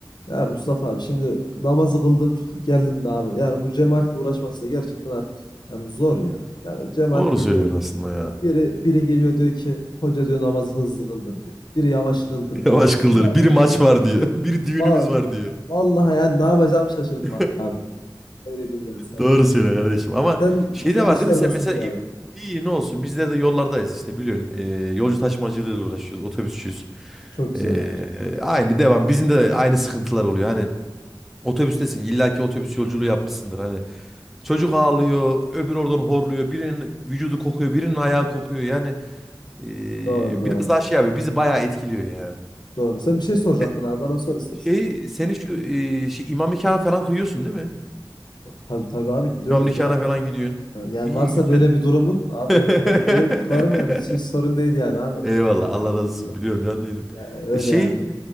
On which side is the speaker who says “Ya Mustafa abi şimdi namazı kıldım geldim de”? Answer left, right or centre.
Left